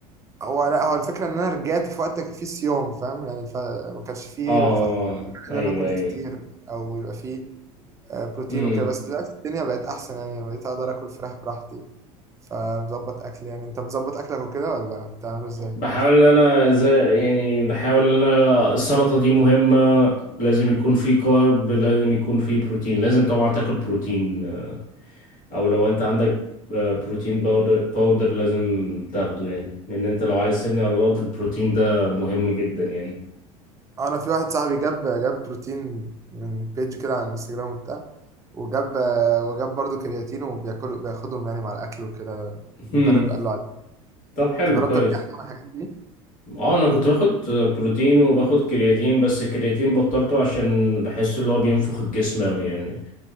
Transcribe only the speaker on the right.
هو لا هو الفكره ان انا رجعت في وقت كان فيه صيام فاهم يعني فما كانش فيه
ف...
ان انا اكل كتير او يبقى فيه آه، بروتين
وكده بس دلوقتي الدنيا بقت احسن يعني بقيت اقدر اكل فراخ براحتي فمظبط اكل يعني انت بتظبط اكلك وكده ولا بتعمله ازاي
آه، انا في واحد صاحبي جاب جاب بروتين من بيج كده على الانستجرام وبتاع وجاب آه، وجاب برضه كرياتين وبياكل بياخدهم يعني مع الاكل وكده المدرب
قال له عليه
انت جربت
قبل كده حاجة من الحاجات دي